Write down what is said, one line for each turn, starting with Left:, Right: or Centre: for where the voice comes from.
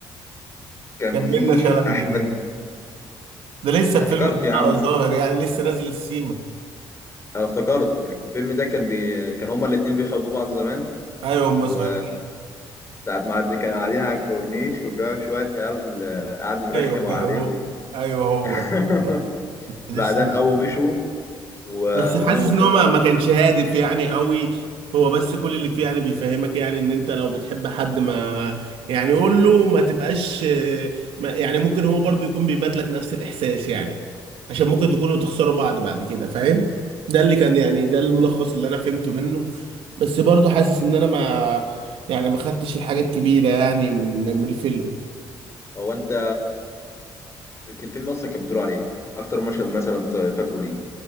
Left: كان
Right: كان
Left: فيه
Right: بينا شلبي
Left: احمد
Right: الاتنين ده لسه
Left: افتكرت
Right: الفيلم ده
Left: يا عم
Right: ظاهر يعني لسه نازل السيما
Left: انا افتكرت الفيلم ده كان بي... كان هما الاتنين بيحبوا بعض زمان
Right: ايوه هم
Left: و
Right: صغيرين
Left: ساعة ما عد- كانوا قاعدين على الكورنيش وجا شوية عيال آه، قعد يرخم
Right: ايوه
Left: عليهم
Right: ايوه هو ايوه هو
Left: <laughs>
Right: ده لسه
Left: بعدين أول مشوا واللهم
Right: بس حاسس
Left: صل
Right: ان هو ما
Left: على
Right: ما كانش
Left: سيدنا
Right: هادف يعني قوي هو بس كل اللي فيه يعني بيفهمك يعني ان انت لو بتحب حد ما يعني قول له ما تبقاش ما يعني ممكن هو برضو يكون بيبادلك نفس الاحساس يعني عشان ممكن تكونوا تخسروا بعض بعد كده فاهم ده اللي كان يعني ده الملخص اللي انا فهمته منه بس برضو حاسس ان انا ما يعني ما خدتش الحاجة الكبيرة يعني من من الفيلم
Left: هو انت كان الفيلم اصلا كان بيدور عليه اكتر مشهد مثلا فت- فاكره ليه